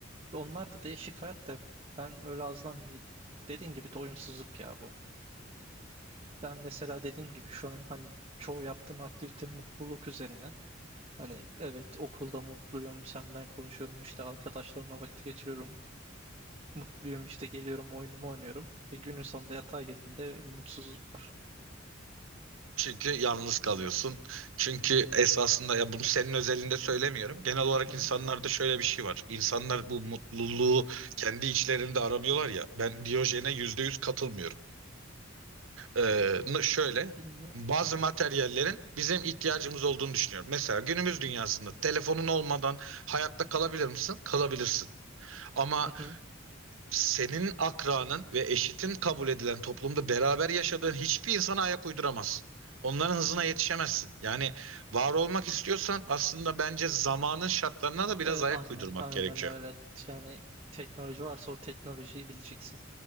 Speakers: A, on the right (about 30°); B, on the right (about 90°).
A: Onlar da değişik hayat da ben öyle azdan dediğin gibi doyumsuzluk ya bu. Ben mesela dediğim gibi şu an hani çoğu yaptığım aktivite mutluluk üzerine. Hani evet okulda mutluyum, senden konuşuyorum, işte arkadaşlarımla vakit geçiriyorum. Mutluyum işte geliyorum oyunumu oynuyorum. E, günün sonunda yatağa girdiğimde mutsuzluk var.
B: Çünkü yalnız kalıyorsun. Çünkü esasında ya bunu senin özelinde söylemiyorum. Genel olarak
A: Hı hı,
B: insanlarda şöyle bir şey var. İnsanlar bu mutluluğu kendi içlerinde aramıyorlar ya. Ben Diyojen'e yüzde yüz katılmıyorum. Ee, n- şöyle
A: bilmiyorum.
B: bazı materyallerin bizim ihtiyacımız olduğunu düşünüyorum. Mesela günümüz dünyasında telefonun olmadan hayatta kalabilir misin? Kalabilirsin. Ama
A: Hı hı.
B: senin akranın ve eşitin kabul edilen toplumda beraber yaşadığın hiçbir insana ayak uyduramazsın. Onların hızına yetişemezsin. Yani var olmak istiyorsan aslında bence zamanın şartlarına da biraz
A: E, aynen,
B: ayak uydurmak
A: aynen
B: gerekiyor.
A: öyle. Yani teknoloji varsa o teknolojiyi bileceksin.